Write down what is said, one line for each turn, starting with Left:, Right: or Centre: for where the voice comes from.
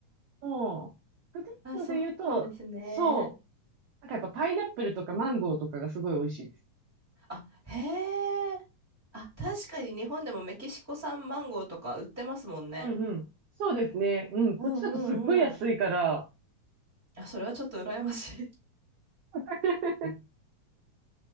Right: もう、果物で言うと、
Centre: あ、そうなんですね。
Right: そう。なんかやっぱパイナップルとかマンゴーとかがすごい美味しいです。
Centre: あ、へえ。あ、確かに日本でもメキシコ産マンゴーとか売ってますもんね。
Right: うんうん。そうですね。うん。こっちだとすっごい安いから。
Centre: うんうんうん。あ、それはちょっと羨ましい。
Right: <laughs>